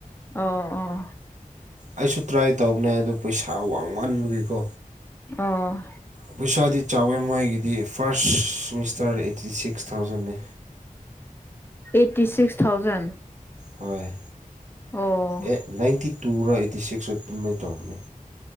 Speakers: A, on the left (about 15°); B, on the right (about 55°).
A: ꯑꯣ ꯑꯣ
B: ꯑꯩꯁꯨ ꯇ꯭ꯔꯥꯏ ꯇꯧꯕꯅꯦ ꯑꯗꯣ ꯄꯩꯁꯥ ꯋꯥꯡꯃꯟꯕꯒꯤꯀꯣ
A: ꯑ
B: ꯄꯩꯁꯥꯗꯤ ꯆꯥꯎꯋꯦ ꯃꯣꯏꯒꯤꯗꯤ ꯐꯥꯔꯁ ꯁꯤꯦꯃꯤꯁꯇꯔ ꯑꯩꯠꯇꯤ ꯁꯤꯛꯁ ꯊꯥꯎꯖꯟꯅꯤ
A: ꯑꯩꯠꯇꯤ ꯁꯤꯛꯁ ꯊꯥꯎꯖꯟ
B: ꯍꯣꯏ
A: ꯑꯣ
B: ꯑꯦ ꯅꯥꯏꯟꯇꯤ ꯇꯨꯔ ꯑꯩꯠꯇꯤ ꯁꯤꯛꯁ ꯑꯗꯨꯃꯥꯏꯅ ꯇꯧꯕꯅꯦ